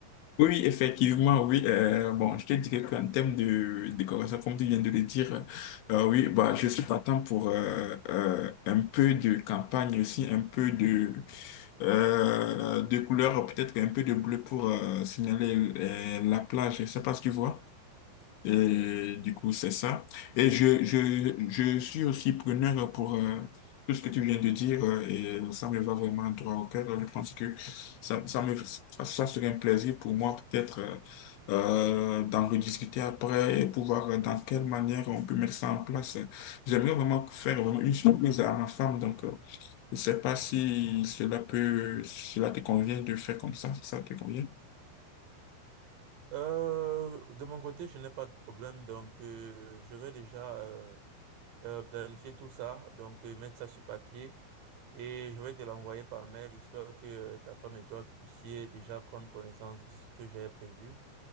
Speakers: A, on the left; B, on the right.
A: Oui, oui, effectivement, oui. Euh, bon, je te dirais qu'en termes de décoration, comme tu viens de le dire, euh, oui, bah, je suis partant pour euh, euh, un peu de campagne aussi, un peu de, euh, de couleur, peut-être un peu de bleu pour euh, signaler euh, la plage. Je sais pas si tu vois. Et du coup, c'est ça. Et je, je, je suis aussi preneur pour euh, tout ce que tu viens de dire euh, et ça me va vraiment droit au cœur. Je pense que ça, ça me, ça serait un plaisir pour moi peut-être euh, euh, d'en rediscuter après et pouvoir euh, dans quelle manière on peut mettre ça en place. J'aimerais vraiment faire vraiment une surprise à ma femme. Donc, euh, je sais pas si cela peut, si cela te convient de faire comme ça, si ça te convient.
B: Euh, de mon côté, je n'ai pas de problème, donc euh, je vais déjà euh, euh, planifier tout ça, donc euh, mettre ça sur papier. Et je vais te l'envoyer par mail, histoire que euh, ta femme et toi puissiez déjà prendre connaissance de ce que j'ai prévu,